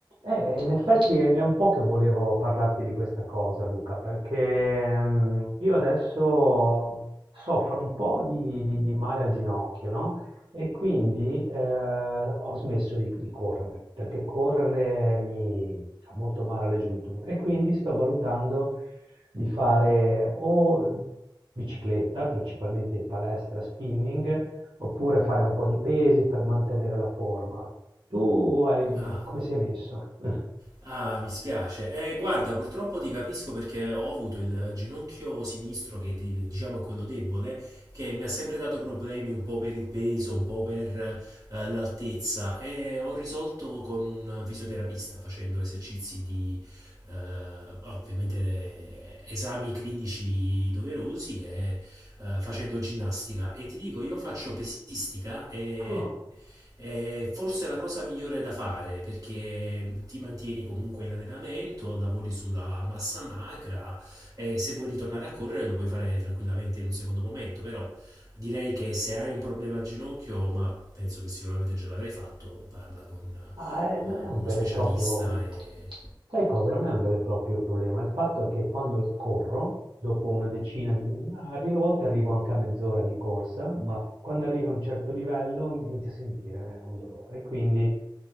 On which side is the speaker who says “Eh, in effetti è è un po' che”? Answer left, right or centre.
Right